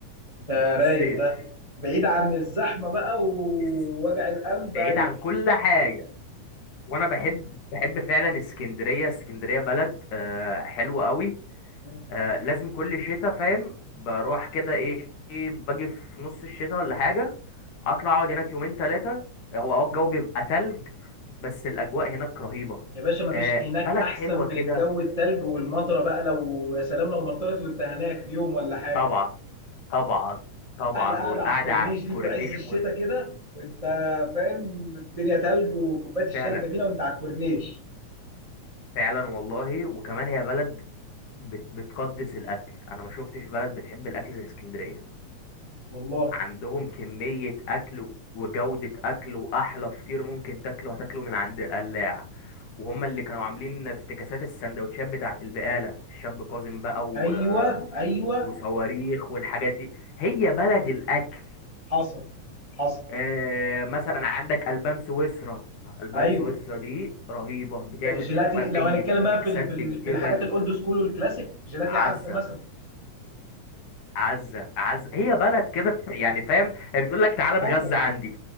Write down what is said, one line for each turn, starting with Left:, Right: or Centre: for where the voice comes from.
Right: ده
Left: مش في
Right: رايق
Left: الصيف
Right: ده بعيد عن الزحمه بقى ووجع
Left: الس-
Right: القلب
Left: بعيد
Right: ايوه
Left: عن كل حاجه وانا بحب بحب فعلا اسكندريه اسكندريه بلد أه حلوه قوي
Right: مم.
Left: آه لازم كل شتاء فاهم بروح كده ايه إيه، باجي في نص الشتاء ولا حاجة اطلع اقعد هناك يومين ثلاثة هو اه الجو بيبقى تلج بس الاجواء هناك رهيبة
Right: يا باشا مفيش
Left: آه
Right: هناك
Left: بلد
Right: احسن
Left: حلوة
Right: من
Left: كده
Right: الجو التلج والمطره بقى لو يا سلام لو مطرت وانت هناك في يوم ولا حاجه
Left: طبعا طبعا طبعا
Right: احلى قاعده
Left: والقعدة
Right: على الكورنيش
Left: على الكورنيش
Right: دي في عز الشتاء
Left: و-
Right: كده وانت فاهم الدنيا تلج وكوبايه الشاي
Left: فعلا
Right: الجميله وانت على الكورنيش
Left: فعلا والله وكمان هي بلد بت بتقدس الاكل انا ما شفتش بلد بتحب الاكل زي اسكندرية
Right: والله
Left: عندهم كمية أكل و- وجودة أكل وأحلى فطير ممكن تاكله هتاكله من عند القلاع وهم اللي كانوا عاملين افتكاسات السندوتشات بتاعة البقالة الشاب كاظم بقى و...
Right: ايوه ايوه
Left: وصواريخ والحاجات دي هي بلد الأكل
Right: حصل حصل
Left: آه مثلا عندك ألبان سويسرا ألبان
Right: ايوه
Left: سويسرا دي رهيبة بتعمل
Right: جيلاتي
Left: شوية
Right: لو هنتكلم
Left: ميكسات
Right: بقى في ال-
Left: بالجبن
Right: في ال- في الحاجات الاولد سكول والكلاسيك جيلاتي
Left: عزة
Right: عزه مثلا
Left: عزة عزة هي بلد كده تت- يعني فاهم هي بتقول لك تعالى اتغذى
Right: حصل
Left: عندي